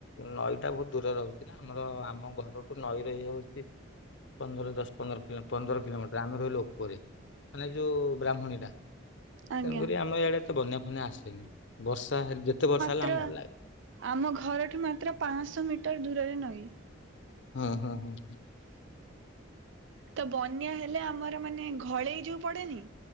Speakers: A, on the left (about 60°); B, on the right (about 65°).
A: ନଈଟା ବହୁତ ଦୂର ରହୁଛି ନା, ଆମର ଆମ ଘରଠୁ ନଈର ଇଏ ହଉଛି ପନ୍ଦର ଦଶ୍ ପନ୍ଦର କିଲୋ ପନ୍ଦର କିଲୋମିଟର ଆମେ ରହିଲୁ ଉପରେ, ମାନେ ଯୋଉ ବ୍ରାହ୍ମଣୀଟା
B: ଆଜ୍ଞା
A: ତେଣୁକରି ଆମ ଆଡେ ତ ବନ୍ୟା ଫନା ଆସେନି ବର୍ଷା ହେ ଯେତେ ବର୍ଷା ହେଲେ
B: ତ୍ର
A: ଆମ ଭଲ ଲାଗେ
B: ଆମ ଘରଠୁ ମାତ୍ର ପାଂଶହ ମିଟର ଦୂରରେ ନଈଁ।
A: ହଁ, ହଁ, ହଁ।
B: ତ ବନ୍ୟା ହେଲେ ଆମର ମାନେ ଘଳେଇ ଯୋଉ ପଡେନି